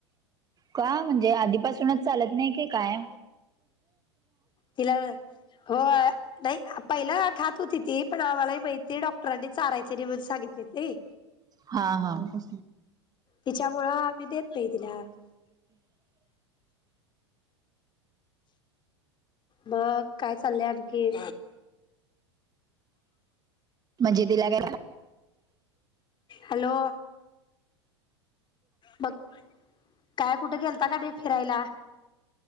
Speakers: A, on the right; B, on the left.
A: का म्हणजे आधीपासूनच चालत नाही की काय?
B: तिला होय, नाही पहिला खात होती ती पण आम्हालाही माहीती आहे डॉक्टरांनी चारायच. त्यारी मण सगितले ते
A: हा हा ब
B: तिच्यामुळं ती देत नाही तिला बघ काय चाललं आणखी.
A: म्हणजे तिला काय
B: हॅलो बघ काय कुठे गेलता का नाही फिरायला.